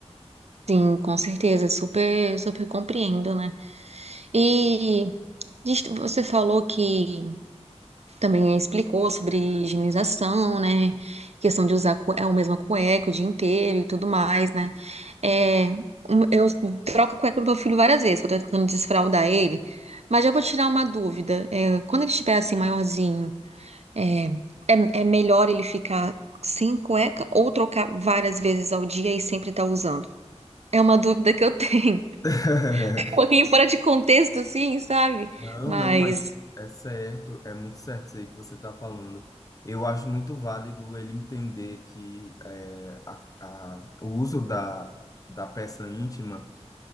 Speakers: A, on the right; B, on the left.
A: Sim, com certeza. Super, super compreendo, né? E diz- você falou que Também explicou sobre higienização, né? Questão de usar cu- é, a mesma cueca o dia inteiro e tudo mais, né? É, um- eu troco a cueca do meu filho várias vezes, que eu tô tentando desfraldar ele. Mas já vou tirar uma dúvida. É, quando ele estiver assim, maiorzinho, é, é, é melhor ele ficar sem cueca ou trocar várias vezes ao dia e sempre estar usando? É uma dúvida que eu tenho.
B: <laughs>
A: <laughs> Um pouquinho fora de contexto, assim, sabe?
B: Não,
A: Mas.
B: não, mas é certo, é muito certo isso aí que você está falando. Eu acho muito válido ele entender que é, a, a, o uso da, da peça íntima